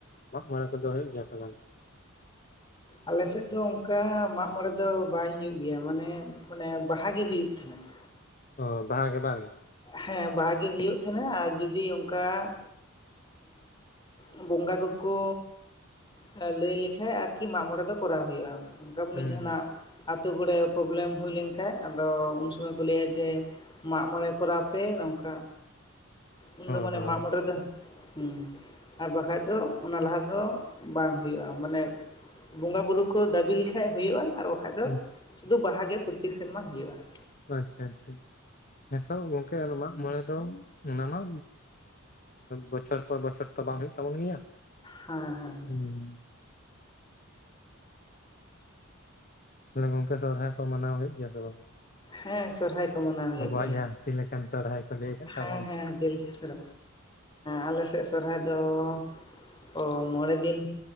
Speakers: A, on the left (about 40°); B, on the left (about 20°).
A: ᱢᱟᱜ ᱢᱚᱬᱮ ᱠᱚᱫᱚ ᱦᱩᱭᱩᱜ ᱜᱮᱭᱟ ᱥᱮ ᱵᱟᱝ?
B: ᱟᱞᱮᱥᱮᱫ ᱫᱚ ᱚᱝᱠᱟ ᱢᱟᱜ ᱢᱚᱬᱮ ᱫᱚ ᱵᱟᱭ ᱦᱩᱭᱩᱜ ᱜᱮᱭᱟ ᱢᱟᱱᱮ ᱢᱟᱱᱮ ᱵᱟᱦᱟ ᱜᱮ ᱦᱩᱭᱩᱜ ᱛᱟᱦᱮᱸᱱᱟ ᱾
A: ᱚ ᱵᱟᱦᱟ ᱜᱮ ᱵᱟᱝ?
B: ᱦᱮᱸ ᱵᱟᱦᱟ ᱜᱤ ᱦᱤᱭᱩᱜ ᱛᱟᱦᱮᱸᱱᱟ ᱟᱨ ᱡᱩᱫᱤ ᱚᱝᱠᱟ ᱼᱼ ᱵᱚᱸᱜᱟ ᱠᱚᱠᱚ ᱞᱟᱹᱭ ᱞᱮᱠᱷᱟᱡ ᱟᱨᱠᱤ ᱢᱟᱜ ᱢᱚᱬᱮ ᱫᱚ ᱠᱚᱨᱟᱣ ᱦᱩᱭᱩᱜᱼᱟ ᱾ ᱚᱝᱠᱟ ᱢᱟᱱᱮ
A: ᱦᱩᱸ
B: ᱡᱟᱦᱟᱱᱟᱜ
A: ᱦᱩᱸ
B: ᱼᱼ ᱟᱛᱳ ᱠᱚᱨᱮ ᱯᱨᱚᱵᱞᱮᱢ ᱦᱩᱭ ᱞᱮᱱ ᱠᱷᱟᱡ ᱟᱫᱚ ᱩᱱ ᱥᱚᱢᱚᱭ ᱠᱚ ᱞᱟᱹᱭᱟ ᱡᱮ ᱢᱟᱜ ᱢᱚᱬᱮ ᱼᱼ ᱠᱚᱨᱟᱣ ᱯᱮ ᱚᱝᱠᱟ ᱩᱱᱫᱚ
A: ᱚ
B: ᱢᱟᱱᱮ
A: ᱦᱚᱸ
B: ᱢᱟᱜ ᱢᱚᱬᱮ ᱫᱚ ᱦᱩᱸ ᱼᱼ ᱟᱨ ᱵᱟᱠᱷᱟᱡ ᱫᱚ ᱚᱱᱟ ᱞᱟᱦᱟ ᱫᱚ ᱼᱼ ᱵᱟᱝ ᱦᱩᱭᱩᱜᱼᱟ ᱢᱟᱱᱮ ᱵᱚᱸᱜᱟ ᱵᱩᱨᱩ ᱠᱚ ᱫᱟᱹᱵᱤ ᱞᱮᱠᱷᱟᱡ ᱦᱩᱭᱩᱜᱼᱟ ᱟᱨ ᱵᱟᱠᱷᱟᱡ ᱫᱚ
A: ᱦᱩᱸ
B: ᱼᱼ ᱥᱩᱫᱷᱩ ᱵᱟᱦᱟ ᱜᱮ ᱯᱨᱚᱛᱤ ᱥᱮᱨᱢᱟ ᱦᱩᱭᱩ-ᱟ ᱾
A: ᱟᱪᱪᱷᱟ ᱟᱪᱪᱷᱟ ᱦᱮᱸᱛᱚ ᱜᱚᱝᱠᱮ ᱟᱨ ᱢᱟᱜ ᱢᱚᱬᱮ ᱫᱚ ᱼᱼ ᱚᱱᱟ ᱢᱟ ᱵᱚᱪᱷᱚᱨ ᱯᱚᱨ ᱵᱚᱪᱷᱚᱨ ᱛᱚ ᱵᱟᱝ ᱦᱳᱭᱳᱜ ᱛᱟᱵᱚᱱ ᱜᱮᱭᱟ ᱾
B: ᱦᱮᱸ ᱦᱮᱸ ᱾
A: ᱦᱩᱸ ᱼᱼ ᱛᱟᱞᱮ ᱜᱚᱝᱠᱮ ᱥᱚᱨᱦᱟᱭ ᱠᱚ ᱢᱟᱱᱟᱣ ᱦᱩᱭᱩᱜ ᱜᱮᱭᱟ ᱥᱮ ᱵᱟᱝ?
B: ᱦᱮᱸ ᱥᱚᱨᱦᱟᱭ ᱠᱚ ᱢᱟᱱᱟᱣ ᱦᱩᱭᱩᱜ
A: ᱟᱵᱚᱣᱟᱜ
B: ᱜᱮᱭᱟ
A: ᱡᱟᱦᱟᱸ ᱦᱟᱹᱛᱤ ᱞᱮᱠᱟᱱ ᱥᱚᱨᱦᱟᱭ ᱠᱚ ᱞᱟᱹᱭ ᱟᱠᱟᱫ
B: ᱦᱮᱸ
A: ᱛᱟᱵᱚᱱ
B: ᱦᱮᱸ ᱦᱟᱹᱛᱤ ᱼᱼ ᱦᱮᱸ ᱟᱞᱮ ᱥᱮᱜ ᱥᱚᱨᱦᱟᱭ ᱫᱚ ᱼᱼ ᱚ ᱢᱚᱬᱮ ᱫᱤᱱ